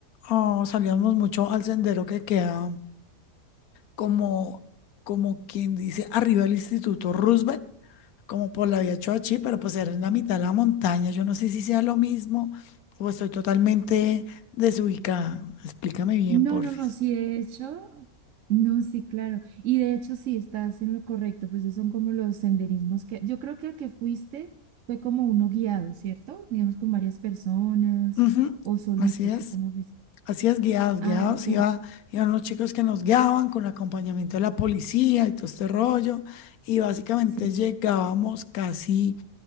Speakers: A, on the left; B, on the right.
A: oh, salíamos mucho al sendero que queda. como, como quien dice, arriba el Instituto Roosevelt, como por la vía Choachí, pero pues era en la mitad de la montaña. Yo no sé si sea lo mismo o estoy totalmente desubicada. Explícame bien,
B: No,
A: porfis.
B: no, no, sí, de hecho, no, sí, claro. Y de hecho, sí, estás en lo correcto, pues esos son como los senderismos que yo creo que al que fuiste fue como uno guiado, ¿cierto? Digamos con varias personas
A: Ujú,
B: o solitos,
A: Así es.
B: o cómo fuiste.
A: Así es, guiados,
B: Ah,
A: guiados.
B: ok.
A: Iba, iban los chicos que nos guiaban con acompañamiento de la policía y todo este rollo. Y básicamente
B: Sí,
A: llegábamos casi